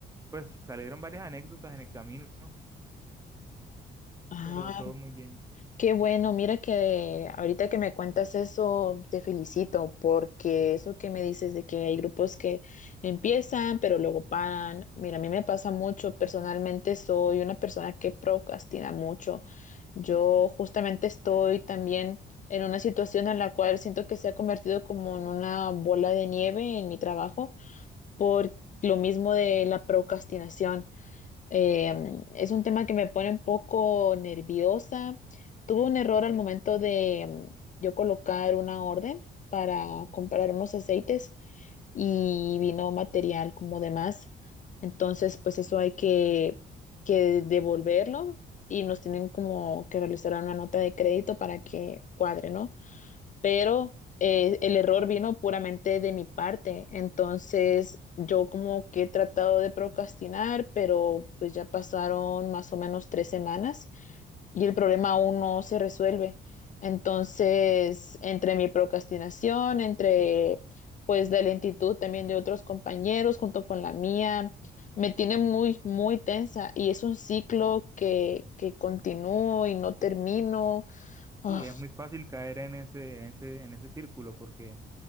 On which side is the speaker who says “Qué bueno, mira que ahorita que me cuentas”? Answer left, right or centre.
Left